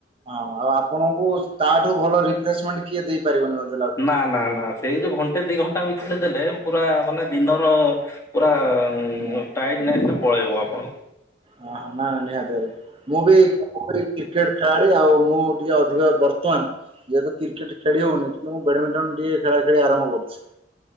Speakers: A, on the right; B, on the left.
A: ହଁ ଆଉ ଆପଣଙ୍କୁ ତାଠୁ ଭଲ ରିଫ୍ରେସମେଣ୍ଟ କିଏ ଦେଇପାରିବନି ବୋଧେ
B: ନା ନା ନା ସେଇ ଯୋଉ ଘଣ୍ଟେ ଦି ଘଣ୍ଟା ଭିତରେ ଦେଲେ ପୁରା ମାନେ ଦିନର ପୁରା
A: ହଁ,
B: ଟାଇଟନେସ୍ ଟା ପଳେଇବ ଆପଣଙ୍କୁ
A: ହ ହ ନା ନିହାତି ଭାବରେ ମୁଁ ବି କ୍ରିକେଟ ଖେଳାଳି ଆଉ ମୁଁ ଟିକେ ଅଧିକ ବର୍ତ୍ତମାନ ଯେହେତୁ କ୍ରିକେଟ ଖେଲି ହଉନିି ମୁଁ ବ୍ୟାଡମିଣ୍ଟନ ଟିକେ ଖେଳା ଖେଳି ଆରଭ କରୁଛି।